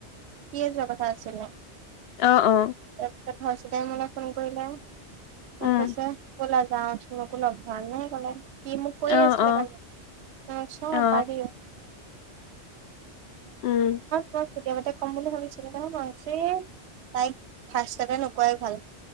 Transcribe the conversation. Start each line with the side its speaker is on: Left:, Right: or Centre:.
Right: কি আছিল কথা আছিলে।
Left: অ অ
Right: তাৰপিছত হৰ্চিতাই মোলে ফোন কৰিলে মোক
Left: উম
Right: কৈছে বলা। যাওঁ তোমাকো লগ ধৰা তেনেকে কলে। সি মোক কৈ
Left: অ
Right: আছিলে
Left: অ
Right: কালি চব।
Left: অ
Right: মই
Left: উম
Right: তোমাক কেতিয়াবাতে কম বুলি ভাবিছিলো ন মইযে তাইক। ফাষ্টতে নোকোৱাই ভাল।